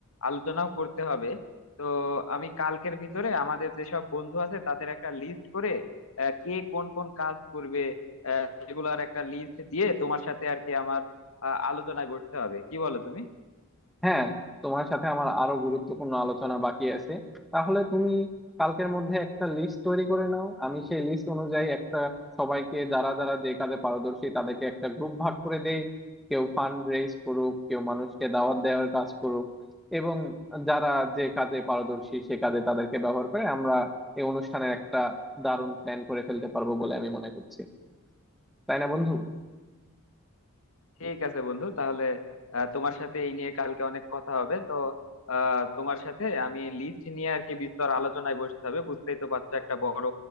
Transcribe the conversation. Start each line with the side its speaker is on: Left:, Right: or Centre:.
Left: আলোচনাও করতে হবে তো আমি কালকের ভিতরে আমাদের যেসব বন্ধু আছে তাদের একটা লিস্ট করে আহ, কে কোন কোন কাজ করবে আহ, সেগুলোর একটা লিস্ট দিয়ে তোমার সাথে আর কি আমার আহ, আলোচনায় বসতে হবে কি বলো তুমি
Centre: হ্যাঁ তোমার সাথে আমার আরো গুরুত্বপূর্ণ আলোচনা বাকি আছে তাহলে তুমি কালকের মধ্যে একটা লিস্ট তৈরি করে নাও আমি সেই লিস্ট অনুযায়ী একটা সবাইকে যারা যারা যে কাজে পারদর্শী তাদেরকে একটা গ্রুপ ভাগ করে দেই কেউ ফান্ড রেইজ করুক কেউ মানুষকে দাওয়াত দেওয়ার কাজ করুক এবং যারা যে কাজে পারদর্শী সে কাজে তাদেরকে ব্যবহার করে আমরা এই অনুষ্ঠানের একটা দারুণ প্ল্যান করে ফেলতে পারবো বলে আমি মনে করছি তাই না বন্ধু
Left: ঠিক আছে বন্ধু তাহলে আহ, তোমার সাথে এই নিয়ে কালকে অনেক কথা হবে তো আহ, তোমার সাথে আমি লিস্ট নিয়ে আর কি বিস্তর আলোচনায় বসতে হবে বুঝতেই তো পারছো একটা বড়